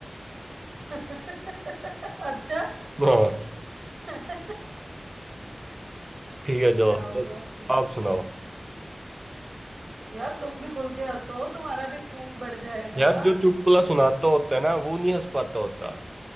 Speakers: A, on the right; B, on the right.
A: <laughs> अच्छा
B: हाँ
A: <laughs> क्या
B: ठीक है चलो
A: बात
B: अब
A: है
B: आप सुनाओ
A: यार तुम भी खुल के हंसो तुम्हारा भी खून बढ़ जाएगा
B: यार जो चुटकुला सुनाता होता है ना वो नहीं हंस पाता होता